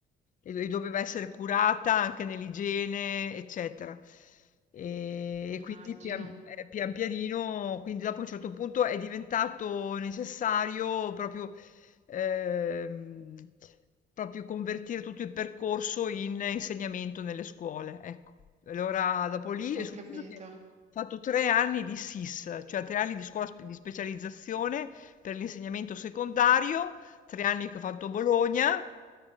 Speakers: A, on the left; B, on the right.
A: E e doveva essere curata anche nell'igiene, eccetera. Ehm,
B: immagino.
A: e quindi pian ehm, pian pianino quindi dopo a un certo punto è diventato necessario proprio ehm, proprio convertire tutto il percorso in insegnamento nelle scuole, ecco. Allora dopo lì
B: Ho
A: è successo
B: capito.
A: che ho fatto 3 anni di SIS, cioè 3 anni di scuola sp di specializzazione per l'insegnamento secondario 3 anni che ho fatto Bologna.